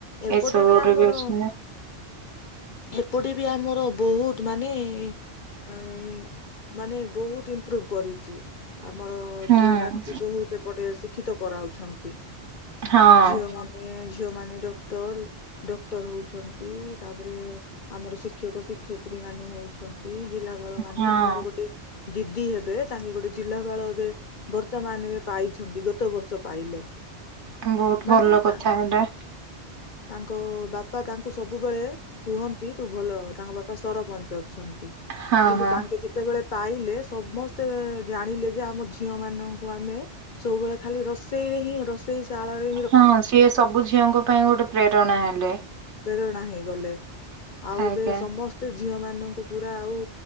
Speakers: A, on the left (about 50°); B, on the right (about 85°).
A: ଏପଟେ
B: ଏସବୁରେ
A: ବି ଆମର,
B: ଅଛନ୍ତି
A: ଏପଟେ ବି ଆମ ବହୁତ ମାନେ ଇ ମାନେ ବହୁତ ଇମ୍ପ୍ରୁଭ କରିଚି। ଆମର
B: ହୁଁ
A: ଝିଅ ମାନଙ୍କୁ ବହୁତ ଏପଟେ ଶିକ୍ଷିତ କରାଉଛନ୍ତି।
B: ହଁ
A: ଝିଅମାନେ ଝିଅମାନେ ଡ କ୍ଟର ଡକ୍ଟର ହଉଛନ୍ତି ତାପରେ ଆମର ଶିକ୍ଷକ ଶିକ୍ଷୟତ୍ରୀ ମାନେ ହଉଛନ ନ୍ତି ଜିଲ୍ଲାପାଳ ମାନେ
B: ହଁ
A: ଆମର ଗୋଟେ ଦିଦି ହେବେ ତାଙ୍କେ ଗୋଟେ ଜିଲ୍ଲାପାଳ ଏବେ ବର୍ତ୍ତମାନ ଏବେ ପାଇଛନ୍ତି ଗତ ବର୍ଷ ପାଇଲେ।
B: ବହୁତ
A: ମାନେ
B: ଭଲ କଥା
A: ତା
B: ଏଇଟା।
A: ତାଙ୍କ ବାପା ତାଙ୍କୁ ସବୁବେଳେ କୁହନ୍ତି ତୁ ଭଲ, ତାଙ୍କ ବାପା ସରପଞ୍ଚ ଅଛନ୍ତି।
B: ହଁ
A: କିନ୍ତୁ
B: ହଁ
A: ତାଙ୍କେ ଯେତେବେଳେ ପାଇଲେ ସମସ୍ତେ ଜାଣିଲେ ଯେ ଆମ ଝିଅ ମାନଙ୍କୁ ଆମେ ସବୁବେଳେ ଖାଲି ରୋଷେଇ ହିଁ ର ଶାଳରେ
B: ହଁ ସିଏ ସବୁ ଝିଅଙ୍କ ପାଇଁ ଗୋଟେ ପ୍ରେରଣା ହେଲେ।
A: ପ୍ରେରଣା ହେଇଗଲେ, ଆଉ
B: ଆଜ୍ଞା।
A: ଏବେ ସମସ୍ତେ ଝିଅ ମାନଙ୍କୁ ପୁରା ଆଉ